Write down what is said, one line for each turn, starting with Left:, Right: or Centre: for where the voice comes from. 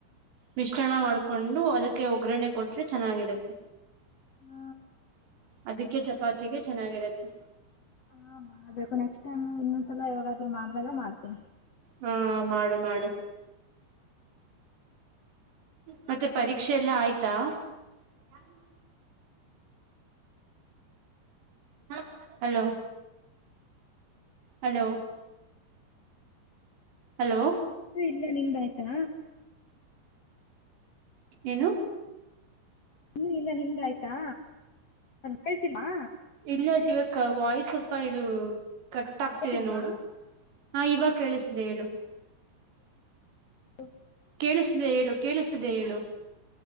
Right: ಮಿಶ್ರಣ ಮಾಡ್ಕೊಂಡು ಅದಕ್ಕೆ ಒಗ್ಗರಣೆ ಕೊಟ್ರೆ ಚೆನ್ನಾಗಿರುತ್ತೆ
Left: ಹ್ಮ
Right: ಅದಕ್ಕೆ ಚಪಾತಿಗೆ ಚೆನ್ನಾಗಿರುತ್ತೆ
Left: ಹಾ ಮಾಡ್ಬೇಕು ನೆಕ್ಸ್ಟ್ಟ ಇನ್ನೊಂದಸಲ ಯವಾಗಾದ್ೂ ಮಾಡ್ದಾಗ ಮಾಡ್ತೀನಿ
Right: ಹಾ ಮಾಡು ಮಾಡು ಮತ್ತೆ ಪರೀಕ್ಷೆ ಎಲ್ಲ ಆಯ್ತಾ ಯಾರ ಮಾಡ ಹ ಹಲೋ ಹಲೋ ಹಲೋ
Left: ಇನ್ನೂ ಇಲ್ಲ ನಿಮ್ದ ಆಯ್ತಾ
Right: ಏನು
Left: ಹ್ಮ ಇಲ್ಲ ನಿಮ್ದ ಆಯ್ತಾ ಕಳ್ತೀಮ್ಮಾ
Right: ಇಲ್ಲ ಶಿವ ವಾಯ್ಸ್ಲ್ ಅಪ ಇದು ಕಟ್ ಆ್ತಿದೆ
Left: ಕೇಳ್ತಿಲ್ವಾ
Right: ನೋಡು ಹಾ ಇವಾಗ ಕೇಳಿಸ್ದ ಹೇಳು
Left: ಹ
Right: ಕೇಳಿಸಿದೆ ಹೇಳು ಕೇಳಿಸ್ತಿದೆ ಹೇಳು